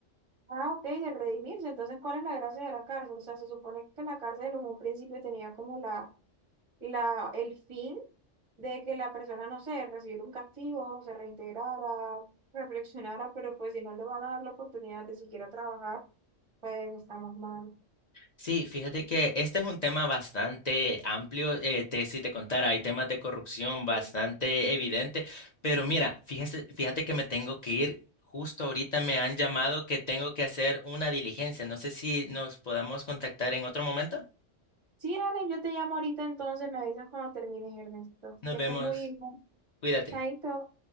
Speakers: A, on the right; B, on the left.
A: Ah, ok, de redimirse. Entonces, ¿cuál es la gracia de la cárcel? O sea, se supone que la cárcel en un principio tenía como la, la, el fin de que la persona, no sé, recibiera un castigo, se reintegrara, reflexionara, pero pues si no le van a dar la oportunidad de siquiera trabajar, pues estamos mal.
B: Sí, fíjate que este es un tema bastante amplio. eh, te, si te contara, hay temas de corrupción bastante
A: Sí,
B: evidente, pero mira, fíjate, fíjate que me tengo que ir. Justo ahorita me han llamado que tengo que hacer una diligencia. No sé si nos podamos contactar en otro momento.
A: Sí, dale, yo te llamo ahorita entonces, me avisas cuando termines, Ernesto.
B: Nos
A: Que
B: vemos.
A: estés muy bien.
B: Cuídate.
A: Chaito.